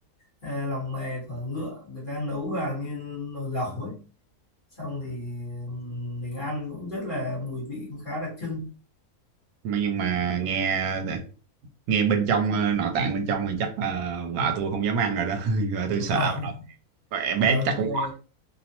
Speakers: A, on the left (about 35°); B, on the right (about 80°).
A: à, lòng mề của ngựa người ta nấu vào như nồi lẩu ấy xong thì ừm, mình ăn cũng rất là mùi vị cũng khá đặc trưng
B: mà nhưng mà nghe nghe bên trong ờ, nội tạng bên trong thì chắc ờ, vợ tôi không dám ăn rồi đó <laughs> vợ
A: <laughs>
B: tôi sợ rồi em bé
A: Ok.
B: chắc cũng